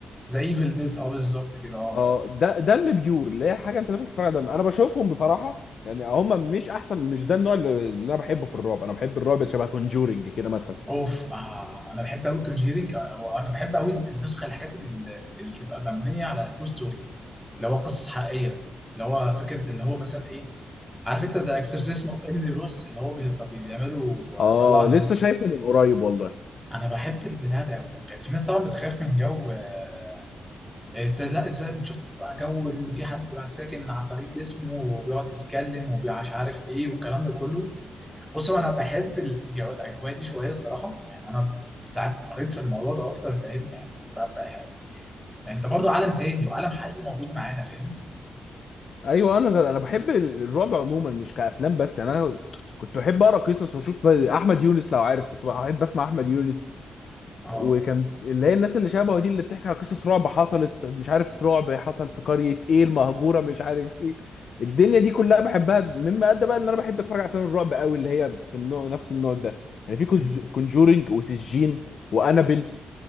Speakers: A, in the centre; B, on the left.
A: زي ايفل ديد اه بالظبط كده اه
B: اه ده دم بيور اللي هي حاجه انت داخل تتفرج على دم انا بشوفهم بصراحه يعني هم مش احسن مش ده النوع اللي اللي انا بحبه في الرعب انا بحب الرعب شبه كونجورنج كده مثلا
A: اوف آه انا بحب قوي كونجيرنج انا بحب قوي النسخه الحاجات اللي, اللي تبقى مبنيه على ترو ستوري اللي هو قصص حقيقيه اللي هو فكره اللي هو مثلا ايه عارف انت زي اكسورسيزم اوف ايميلي روز اللي هو بي- طب بيعملوا
B: اه
A: آه، طلعها
B: لسه شايفه من قريب والله
A: انا بحب البتاع ده قوي كانت في ناس طبعا بتخاف من جو آه، انت لا ازاي بتشوف جو ان في حد بقى ساكن على طريق جسمه وبيقعد يتكلم ومش عارف ايه والكلام ده كله بص هو انا بحب الجو الاجواء دي شويه الصراحه يعني انا ساعات قريت في الموضوع ده اكتر فاهم يعني ببقى حاجة. يعني انت برضو عالم تاني وعالم حقيقي موجود معانا فاهم
B: ايوه انا انا بحب الرعب عموما مش كافلام بس يعني انا كنت بحب اقرا قصص واشوف بقى- احمد يونس لو عارف كنت بحب اسمع احمد يونس
A: اه
B: وكان اللي هي الناس اللي شبهه دي اللي بتحكي على قصص رعب حصلت مش عارف رعب حصل في قرية ايه المهجورة مش عارف ايه الدنيا دي كلها بحبها مما ادى بقى ان انا بحب اتفرج على افلام الرعب قوي اللي هي كان نوع- نفس النوع ده يعني في
A: أمم.
B: كونجورينج وسجين وانابل